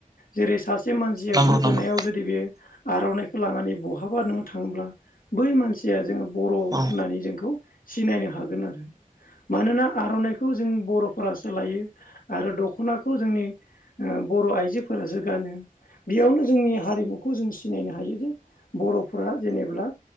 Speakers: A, on the left; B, on the right.
A: जेरै सासे मानसिया
B: नंगौ
A: गोदोनायाव
B: नंगौ
A: जुदि बे आर'नाइखौ लानानै बहाबा नोङो थाङोब्ला बै मानसिया जोङो बर' होननानै
B: औ
A: जोंखौ सिनायनो हागोन आरो मानोना आर'नाइखौ जों बर'फोरासो लायो आरो दख'नाखौ जोंनि बर' आइजोफोरासो गानो बेयावनो जोंनि हारिमुखौ जों सिनायनो हायो जे बर'फोरा जेनेब्ला